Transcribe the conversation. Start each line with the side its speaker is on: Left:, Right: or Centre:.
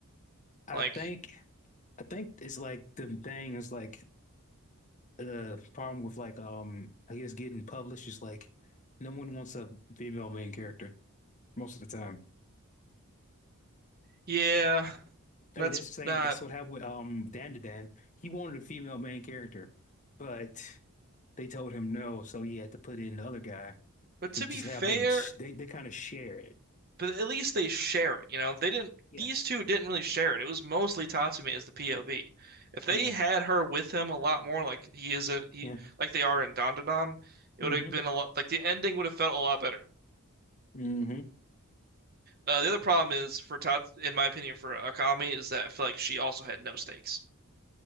Left: I
Right: Like,
Left: think. I think it's like the thing is like the problem with like um I guess getting published is like no one wants a female main character most of the time.
Right: yeah,
Left: I
Right: that's
Left: mean that's the same
Right: not.
Left: that's what happened with um Dan to Dan. He wanted a female main character, but they told him no, so he had to put in the other guy
Right: But
Left: to
Right: to
Left: just
Right: be fair,
Left: have them sh they they kind of share it.
Right: but at least they share it. You know, they didn't.
Left: Yeah,
Right: These two didn't really share it. It was mostly Tatsumi as the POV. If
Left: yeah,
Right: they had her with him a lot more, like he is a he,
Left: yeah.
Right: like they are in Dandadan, it
Left: hmm
Right: would have been a lot. Like the ending would have felt a lot better.
Left: hmm
Right: Uh, the other problem is for Tats, in my opinion, for Akami is that I feel like she also had no stakes.